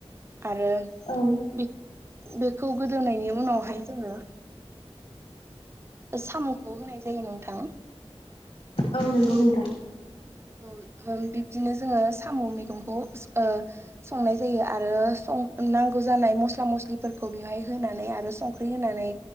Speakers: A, on the right; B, on the left.
A: आरो
B: औ
A: बेख बेखौ गोदोनायनि उनावहाय जोङो। सामखौ होनाय जायो नोंथां।
B: औ नंगौ नोंथां।
A: औ बिब्दिनो जोङो साम मैगंखौ ओ संनाय जायो आरों सं‌ नांगौ जानाय मस्ला मस्लिफोरखौ बेवहाय होनानै आरो सं खारै होनानै